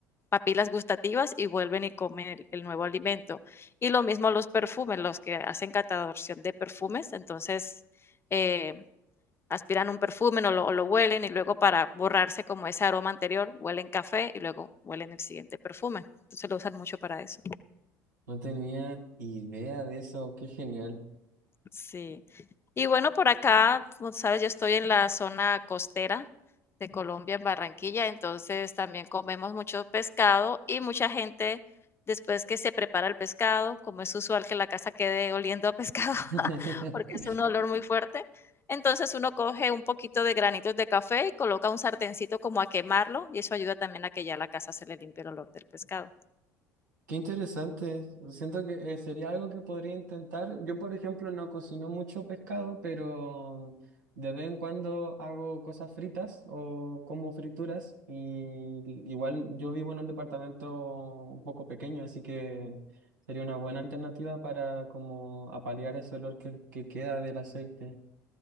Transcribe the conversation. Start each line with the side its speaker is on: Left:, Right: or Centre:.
Left: papilas gustativas y vuelven y comen el el nuevo alimento. Y lo mismo los perfumes, los que hacen cataloración de perfumes, entonces, eh, aspiran un perfume o lo, o lo, huelen y luego para borrarse como ese aroma anterior, huelen café y luego huelen el siguiente perfume. Entonces lo usan mucho para eso.
Right: No tenía idea de eso. Qué genial.
Left: Sí. Y bueno, por acá, como sabes, yo estoy en la zona costera de Colombia, en Barranquilla, entonces también comemos mucho pescado y mucha gente, después que se prepara el pescado, como es usual que la casa quede oliendo a pescado, <laughs>
Right: <laughs>
Left: porque es un olor muy fuerte, entonces uno coge un poquito de granitos de café y coloca un sartencito como a quemarlo y eso ayuda también a que ya la casa se le limpie el olor del pescado.
Right: Qué interesante. Siento que eh, sería algo que podría intentar. Yo, por ejemplo, no cocino mucho pescado, pero de vez en cuando hago cosas fritas o como frituras. Y igual yo vivo en un departamento un poco pequeño, así que sería una buena alternativa para como apalear ese olor que, que queda del aceite.